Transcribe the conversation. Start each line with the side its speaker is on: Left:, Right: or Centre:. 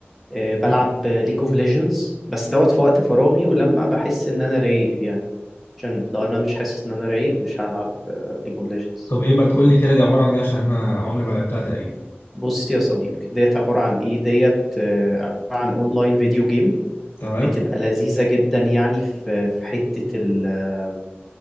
Centre: آه، بلعب
Left: حلو.
Centre: ليج اوف ليجندز بس دوت في وقت فراغي ولما بحس ان انا رايق يعني عشان لو انا مش حاسس ان انا رايق مش هلعب ليج اوف ليجندز
Left: طب ايه ما تقول لي كده دي عباره عن ايه عشان انا عمري ما لعبتها تقريبا
Centre: بص يا صديقي ديت عبارة عن ايه ديت آه، عبارة عن اونلاين فيديو جيم
Left: تمام
Centre: بتبقى لذيذة جدا يعني في في حتة ال آه،